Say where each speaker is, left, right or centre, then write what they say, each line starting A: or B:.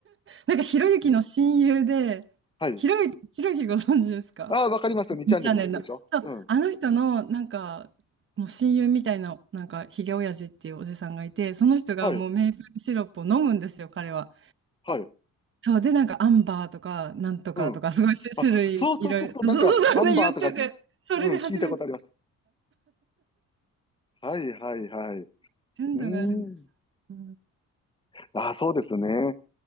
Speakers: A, on the right; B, on the left.
A: なんか、ひろゆきの親友で、
B: はい。
A: ひろゆき、ひろゆきご存知ですか
B: あ、わかりますよ。2チャンネルの人でしょうん。
A: チャンネルの。そう、あの人の、なんか、もう親友みたいな、なんか、ひげおやじっていうおじさんがいて、その人がもうメープルシロップを飲むんですよ、
B: はい。
A: 彼は。
B: はい。
A: そう、で、なんか、アンバーとか、なんとかとか、
B: うん。
A: すごい種種類、
B: あ、そうそうそうそう。
A: いろいろ <laughs>
B: なんか、アンバーとか、
A: ね言ってて、それで初めて、
B: うん、聞いたことあります。はい、はい、はい。う
A: 純度があるんです。
B: ーん。
A: う
B: ああ、そうですね。